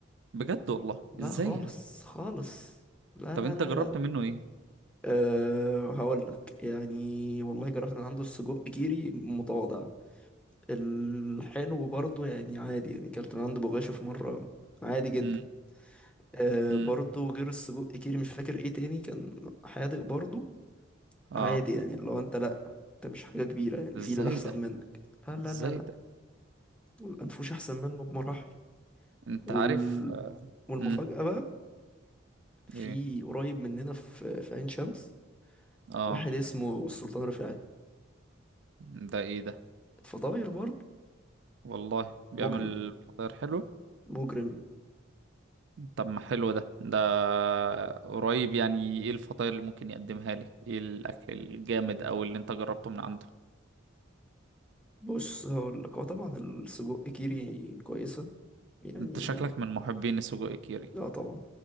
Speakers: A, on the right; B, in the centre.
A: بجد والله
B: لا
A: ازاي
B: خالص
A: يعني
B: خالص لا
A: طب
B: لا
A: انت
B: لا
A: جربت
B: لا لا
A: منه ايه
B: أه هقول لك يعني والله جربت من عنده السجق كيري متواضع الحلو برضو يعني عادي يعني كلت من عند بغاشة في مرة عادي جدا
A: امم
B: آه
A: امم
B: برضو غير السجق كيري مش فاكر ايه تاني كان حادق برضو
A: اه
B: عادي يعني اللي هو انت لأ انت مش حاجة كبيرة يعني
A: ازاي
B: في اللي أحسن
A: ده
B: منك لا لا
A: ازاي
B: لا لا
A: ده
B: الأنفوش أحسن منه بمراحل
A: انت
B: وال...
A: عارف آه،
B: والمفاجأة
A: امم
B: بقى في
A: ايه
B: قريب مننا في في عين شمس
A: اه
B: واحد اسمه السلطان رفاعي
A: ده ايه ده
B: الفطاير برضو
A: والله بيعمل
B: مجرم
A: فطاير حلو
B: مجرم
A: طب ما حلو ده ده قريب يعني ايه الفطاير اللي ممكن يقدمها لي ايه الاكل الجامد او اللي انت جربته من عنده
B: بص هقول لك هو طبعا السجق كيري كويسة يعني
A: انت شكلك من محبين السجق كيري
B: لا طبعا